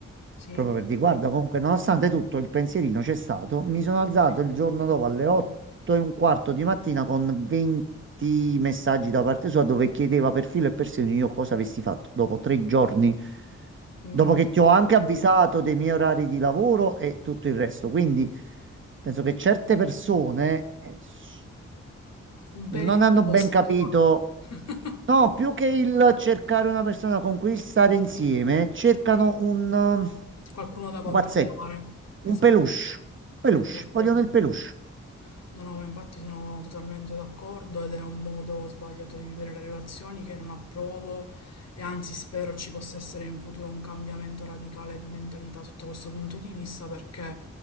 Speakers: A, on the left; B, on the right.
A: sì,
B: proprio per dire, guarda, comunque, nonostante tutto, il pensierino c'è stato. Mi sono alzato
A: sì.
B: il giorno dopo alle 8 e un quarto di mattina con 20 messaggi da parte sua dove chiedeva per filo e per segno io cosa avessi fatto dopo tre giorni,
A: Mm,
B: dopo che ti ho anche avvisato dei miei orari di lavoro e tutto il resto. Quindi penso che certe persone eh, s-
A: un
B: non
A: pelino
B: hanno
A: tossica.
B: ben capito
A: <laughs>
B: No, più che il cercare una persona con cui stare insieme, cercano un um,
A: Qualcuno da controllare.
B: pupazzetto,
A: Esatto.
B: un peluche, un peluche,
A: Esatto,
B: vogliono
A: esatto.
B: il peluche.
A: No, no, ma infatti sono totalmente d'accordo ed è un modo sbagliato di vivere le relazioni che non approvo e anzi spero ci possa essere in futuro un cambiamento radicale di mentalità sotto questo punto di vista perché